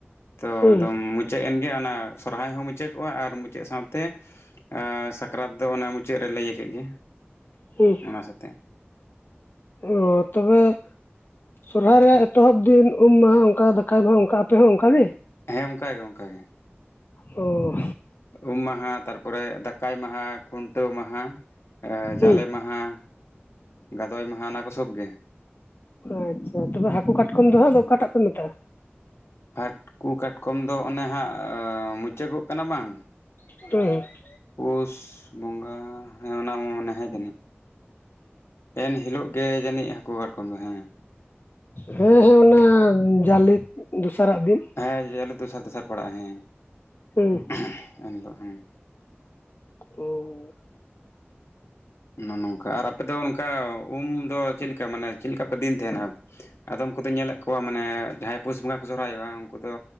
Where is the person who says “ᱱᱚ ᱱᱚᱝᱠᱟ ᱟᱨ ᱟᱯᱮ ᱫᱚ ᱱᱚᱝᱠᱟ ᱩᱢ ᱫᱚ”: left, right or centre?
Left